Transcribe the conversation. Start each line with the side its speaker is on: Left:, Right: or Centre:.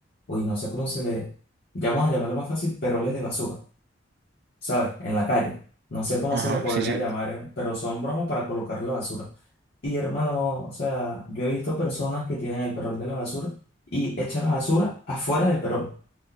Left: uy, no sé cómo se le, ya vamos a llamarlo más fácil, peroles de basura, ¿sabes? En la calle. No sé cómo
Right: Ajá,
Left: se le podría
Right: sí, sí.
Left: llamar, eh, pero son bromas para colocar la basura. Y hermano, o sea, yo he visto personas que tienen el perol de la basura y echan la basura afuera del perol.